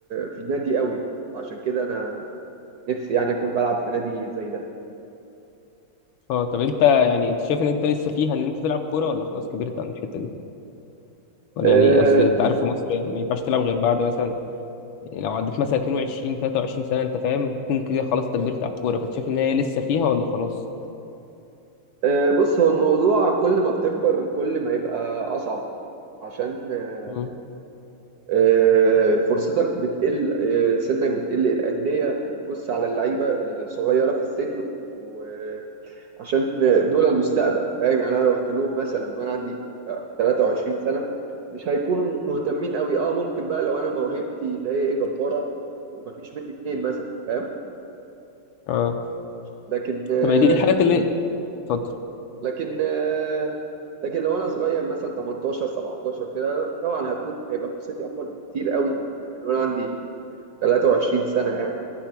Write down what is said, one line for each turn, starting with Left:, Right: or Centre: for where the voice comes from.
Right: في النادي قوي عشان كده انا نفسي يعني اكون بلعب في نادي زي ده
Left: اه طب انت يعني انت شايف ان انت لسه فيها ان انت تلعب كوره ولا خلاص كبرت عن الحته دي ولا
Right: أه،
Left: يعني اصل انت عارف في مصر ما ينفعش تلعب غير بعد مثلا لو عديت مثلا 22 23 سنه انت فاهم تكون كده خلاص انت كبرت على الكوره فانت شايف ان هي لسه فيها ولا خلاص
Right: أه، بص هو الموضوع كل ما بتكبر كل ما يبقى اصعب عشان أه،
Left: امم
Right: أه، فرصتك بتقل أه، سنك بتقل الأندية بتبص على اللعيبة الصغيرة في السن و عشان دول المستقبل فاهم يعني انا لو رحت لهم مثلا وانا عندي 23 سنه مش هيكونوا مهتمين قوي اه ممكن بقى لو انا موهبتي اللي هي إيه جباره ومفيش مني اتنين مثلا فاهم
Left: اه
Right: لكن آه،
Left: طب دي الحاجات اللي اتفضل
Right: لكن آه، لكن لو انا صغير مثلا 18 17 كده طبعا هكون هيبقى فرصتي اكبر بكتير قوي من من وانا عندي 23 سنه يعني